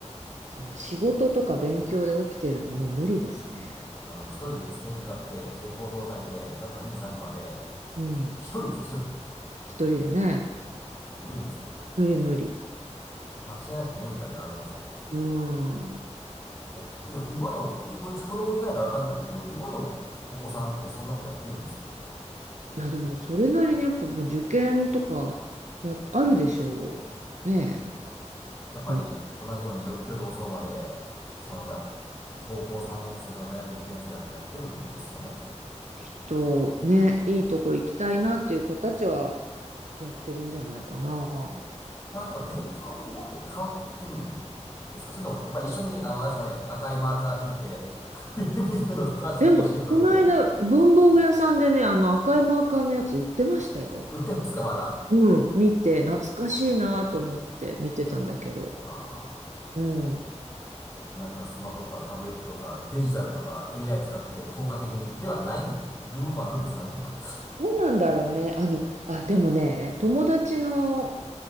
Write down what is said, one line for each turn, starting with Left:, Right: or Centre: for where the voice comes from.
Right: その仕事とか勉強で起きてるのもう無理ですね。
Left: あの、一人で机に向かって蛍光灯を焚いて夜中2時3時まで、
Right: うん。
Left: 一人ですよ、一人。
Right: 一人でね。
Left: 無理ですよね。
Right: 無理無理。
Left: 間違いなくメンタルやられますね。
Right: うん。
Left: え、けど今の、う、うち子供いないからわかんないですけど、今のお子さんってそんなことやってるんですか
Right: いや、でもそれなりにやっぱもう受験とかや、あるでしょう。ねえ。
Left: やっぱり同じようによ夜遅うまで、
Right: うん
Left: そのなんだ、高校3年生とか大学受験生はやっぱりやってるんですよね。
Right: きっとね、いいとこ行きたいなっていう子たちはやってるんじゃないかな。
Left: ただ、勉強の方法って変わってるんですかそれとも、やっぱり一緒に、あの、あれですかね、赤いマーカー引いて、<laughs> 緑のプラスチックのシートかけて、
Right: でも、この間、文房具屋さんでね、あの赤いマーカーのやつ売ってましたよ。
Left: 売ってますか、まだ。
Right: うん、見て、懐かしいなと思って見てたんだけど。
Left: あ
Right: うん。
Left: あ、なんかスマホとかタブレットとかデジタルとか AI 使って効果的にではない部分もあるんですかね、やっぱり。
Right: どうなんだろうね。
Left: <laughs>
Right: あの、あ、でもね、友達の、